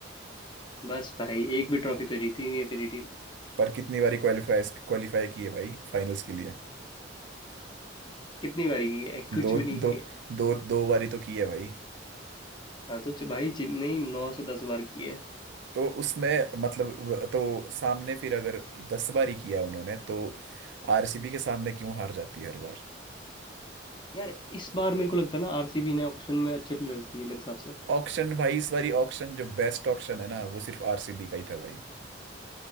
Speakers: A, on the left; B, on the right.
A: बस भाई एक भी ट्रॉफी तो जीती ही नहीं है तेरी टीम
B: पर कितनी बारी क्वालिफाई क्वालिफाई की है भाई फाइनल्स के लिए
A: कितनी बारी की है कुछ
B: दो
A: भी नहीं की
B: दो
A: है
B: दो दो बारी तो की है भाई
A: हाँ तो च- भाई चेन्नई नौ से दस बार की है
B: तो उसमें मतलब व- तो सामने फिर अगर दस बार ही किया है उन्होंने तो आरसीबी के सामने क्यों हार जाती है हर बार
A: यार इस बार मेरे को लगता है ना आरसीबी ने ऑक्शन में अच्छे प्लेयर्स लिए मेरे हिसाब से
B: ऑक्शन भाई इस बारी ऑक्शन जो बेस्ट ऑक्शन है ना वो सिर्फ आरसीबी का ही था भाई